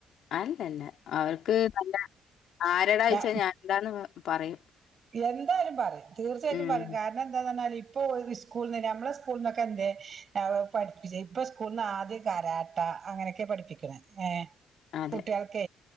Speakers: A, on the left; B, on the right.
A: അല്ലല്ല അവർക്ക് നല്ല ആരടാ
B: ഞ
A: വച്ചാ ഞാൻ എന്താന്ന് പറയും
B: എന്തായാലും പറയും തീർച്ചയായിട്ടും
A: ഉം.
B: പറയും കാരണം എന്താന്നാൽ ഇപ്പൊ സ്കൂളിൽ നി നമ്മളെ സ്കൂളിൽ നിന്നൊക്കെ എന്ത പഠിപ്പിച്ച ഇപ്പ സ്കൂളന്ന് ആദ്യം കരാട്ട അങ്ങനെയൊക്കെ പഠിപ്പിക്കണ ഏ
A: അതെ.
B: കുട്ടികൾക്ക